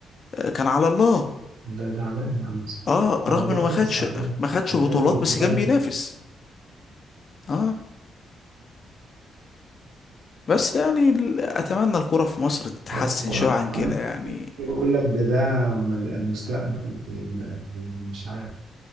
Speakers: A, on the left; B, on the right.
A: آه، كان على الله
B: ده تعبان يا عم
A: اه
B: على
A: رغم
B: الله
A: انه
B: خالص
A: ما خدش
B: تعبان
A: ما خدش
B: جامد
A: بطولات
B: بالتفاعل
A: بس كان بينافس اه بس يعني ال- اتمنى الكرة في مصر تتحسن
B: هو هو
A: شوية عن كده
B: عارف
A: يعني
B: يقول لك ده ده مد- المستقبل مش عارف